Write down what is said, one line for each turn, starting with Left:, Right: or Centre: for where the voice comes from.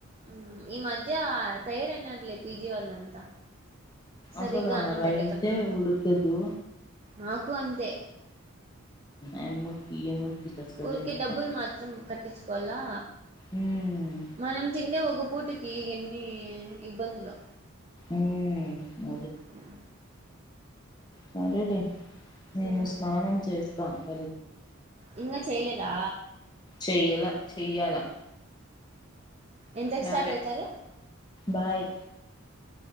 Right: హ్మ్ ఈ మధ్య తయారు అయినారులే పిజి వాల్ అంతా సరిగ్గా
Left: అసలు ఆ
Right: అన్నం
Left: రైసే
Right: పెట్టకున్నా
Left: ఉడకదు
Right: మాకు అంతే
Left: ఆయమ్మకి ఏమొచ్చి చస్తదో
Right: ఊరికే
Left: ఏమో
Right: డబ్బులు మాత్రం కట్టించుకోవాలా
Left: ఉమ్
Right: మనం తింటే ఒక పూట ఈ ఎన్ని ఇబ్బందులు
Left: ఉమ్
Right: హ్మ్
Left: సరే లే నేను
Right: మ్మ్
Left: స్నానం చేస్త అ
Right: ఇంగా చేయలేదా
Left: చెయ్యలా చెయ్యాలా
Right: ఎంతకు
Left: సరే
Right: స్టార్ట్ అవుతారు
Left: బాయ్